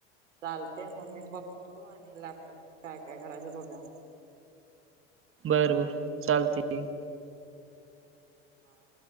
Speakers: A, on the right; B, on the right.
A: चालतेय मग मी बघतो आणि लॅपटॉपच काय काय करायचं बघा मग
B: बर बर चालते
A: हां